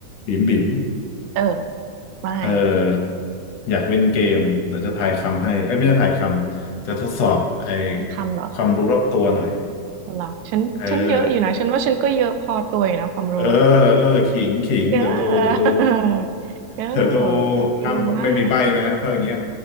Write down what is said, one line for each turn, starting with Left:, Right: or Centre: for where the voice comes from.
Left: บิ๋มบิ๋ม
Right: เออว่าไง
Left: เอออยากเล่นเกมเดี๋ยวจะทายคำให้เอ้ยไม่ใช่ทายคำ จะทดสอบไอ้
Right: ม่ทายคำเหรอ
Left: ความรู้รอบตัวหน่อย
Right: เหรอฉันฉันเยอะอยู่นะฉันว่าฉันก็เยอะพอตัวอยู่นะความรู้อะ
Left: เออเออเออขิงขิงเดี๋ยวดูเดี๋ยวดู
Right: เยอะ <laughs> เยอะชิลมาก
Left: เดี๋ยวดูห้ามไม่มีใบ้นะถ้าอย่างเงี้ย